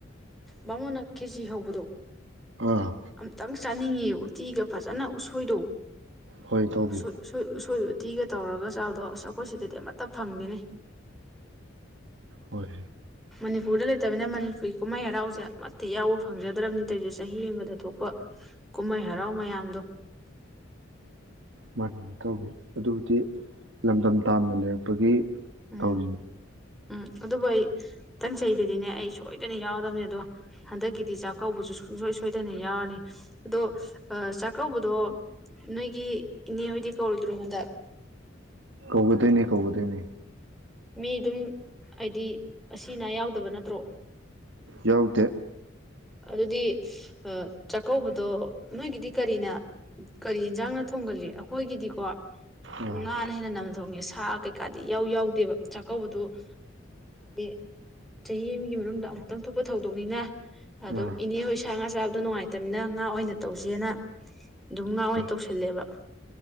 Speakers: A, in the centre; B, on the right.
A: ꯕꯥꯃꯣꯟꯅ ꯈꯦꯆꯤ ꯍꯧꯕꯗꯣ
B: ꯑꯥ
A: ꯑꯝ ꯇꯪ ꯆꯥ ꯆꯥꯅꯤꯡꯉꯤꯌꯦ ꯎꯇꯤꯒ ꯐꯖꯅ ꯎꯁꯣꯏꯗꯣ
B: ꯍꯣꯏ ꯇꯧꯕꯤ
A: ꯎꯁꯣꯏ ꯎꯁꯣꯏ ꯎꯁꯣꯏ ꯇꯤꯒ ꯇꯧꯔꯒ ꯆꯥꯕꯗꯣ ꯑꯁ ꯑꯩꯈꯣꯏ ꯁꯤꯗꯗꯤ ꯑꯃꯠꯇ ꯐꯪꯗꯦꯅꯦ
B: ꯍꯣꯏ
A: ꯃꯅꯤꯄꯨꯔꯗ ꯂꯩꯇꯕꯅꯤꯅ ꯃꯅꯤꯄꯨꯔꯤ ꯀꯨꯝꯍꯩ ꯍꯔꯥꯎꯖꯦ ꯑꯃꯠꯇ ꯌꯥꯎꯕ ꯐꯪꯖꯗ꯭ꯔꯝꯅꯤ ꯇꯩꯖꯦ ꯆꯍꯤ ꯑꯃꯗꯥ ꯊꯣꯛꯄ ꯀꯨꯝꯍꯩ ꯍꯔꯥꯎ ꯃꯌꯥꯝꯗꯣ
B: ꯃꯥꯅꯤꯅꯦ ꯏꯇꯥꯎꯕꯤ ꯑꯗꯨꯕꯨꯗꯤ ꯂꯝꯗꯝ ꯇꯥꯝꯅ ꯂꯩꯔꯛꯄꯒꯤ
A: ꯎꯝ
B: ꯇꯧꯔꯤꯅꯦ
A: ꯎꯝ ꯑꯗꯨꯕꯨ ꯑꯩ ꯃꯇꯪ ꯆꯍꯤꯗꯗꯤꯅꯦ ꯑꯩ ꯁꯣꯏꯗꯅ ꯌꯥꯎꯔꯗꯕꯅꯦ ꯑꯗꯣ ꯍꯟꯗꯛꯀꯤꯗꯤ ꯆꯥꯛꯀꯧꯕꯖꯨ ꯁꯨꯡꯁꯣꯏ ꯁꯣꯏꯗꯅ ꯌꯥꯎꯔꯅꯤ ꯑꯗꯣ ꯆꯥꯛꯀꯧꯕꯗꯣ ꯅꯣꯏꯒꯤ ꯏꯅꯦꯍꯣꯏꯗꯤ ꯀꯧꯔꯣꯏꯗ꯭ꯔꯣ ꯍꯟꯗꯛ
B: ꯀꯧꯒꯗꯣꯏꯅꯦ ꯀꯧꯒꯗꯣꯏꯅꯦ
A: ꯃꯤ ꯑꯗꯨꯝ ꯍꯥꯏꯗꯤ ꯑꯁꯤꯅꯥ ꯌꯥꯎꯗꯕ ꯅꯠꯇ꯭ꯔꯣ
B: ꯌꯥꯎꯗꯦ
A: ꯑꯗꯨꯗꯤ ꯆꯥꯛꯀꯧꯕꯗꯣ ꯅꯣꯏꯒꯤꯗꯤ ꯀꯔꯤꯅ ꯀꯔꯤ ꯌꯦꯟꯖꯥꯡꯅ ꯊꯣꯡꯒꯜꯂꯤ ꯑꯩꯈꯣꯏꯒꯤꯗꯤꯀꯣ
B: ꯑꯥ
A: ꯉꯥꯅ ꯍꯦꯟꯅ ꯅꯝꯅ ꯊꯣꯡꯉꯦ ꯑꯁ ꯊ ꯀꯩꯀꯥꯗꯤ ꯏꯌꯥꯎ ꯌꯥꯎꯗꯦꯕ ꯆꯥꯛꯀꯧꯕꯗꯨ ꯍꯥꯏꯗꯤ ꯆꯍꯤ ꯑꯃꯒꯤ ꯃꯅꯨꯡꯗ ꯑꯃꯨꯛꯇꯪ ꯊꯣꯛꯄ ꯊꯧꯗꯣꯛꯅꯤꯅ ꯑꯗꯨꯝ
B: ꯑꯥ
A: ꯏꯅꯦ ꯍꯣꯏ ꯁꯥꯡꯉꯥ ꯥꯛ ꯆꯥꯕꯗꯣ ꯅꯨꯡꯉꯥꯏꯇꯝꯅꯤꯅ ꯉꯥ ꯑꯣꯏꯅ ꯇꯧꯁꯦꯅ ꯑꯗꯨꯝ ꯉꯥ ꯑꯣꯏꯅ
B: ꯍꯣꯏ
A: ꯇꯧꯁꯜꯂꯦꯕ